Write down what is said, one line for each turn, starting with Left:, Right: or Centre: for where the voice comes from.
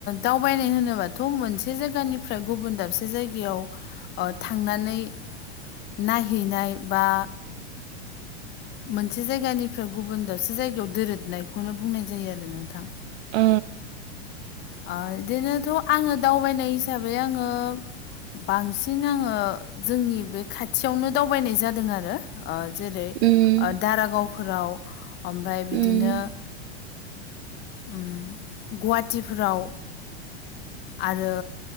Left: दावबायनाय होनोबाथ' मोनसे जायगानि निफ्राय गुबुन दाबसे जायगायाव ओ थांनानै नायहैनाय बा मोनसे जायगानिफ्राय गुबुन दावसे जायगायाव दोरोदनायखौनो बुंनाय जायो आरो नोंथां
Right: उ
Left: ओ बिदिनोथ' आङो दावबायनाय हिसाबै आङो बांसिन आङो जोंनि बे खाथियावनो दावबायनाय जादों आरो ओ जेरै
Right: उम
Left: ओ दारागावफोराव ओमफ्राय बिदिनो
Right: उम
Left: उम गुवाहाटिफोराव आरो